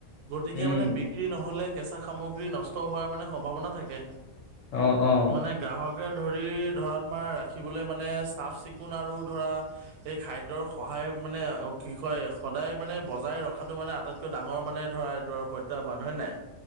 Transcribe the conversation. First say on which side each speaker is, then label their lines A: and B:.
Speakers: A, on the right; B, on the left.
A: গতিকে
B: উম
A: মানে বিক্ৰী নহলে কেঁচা সামগ্ৰী নষ্ট হোৱাৰ মানে সম্ভাৱনা থাকে।
B: অ অ
A: মানে গ্ৰাহকে ধৰি ধৰ মাৰ ৰাখিবলৈ মানে চাফ চিকুণ আৰু ধৰা এই খাদ্যৰ সহায় মানে অ' কি কয় সদায় মানে বজাই ৰখাটো মানে আটাইতক টো ডাঙৰ মানে ধৰা এইটো আৰু প্ৰত্যাহ্বান হয়নে নাই।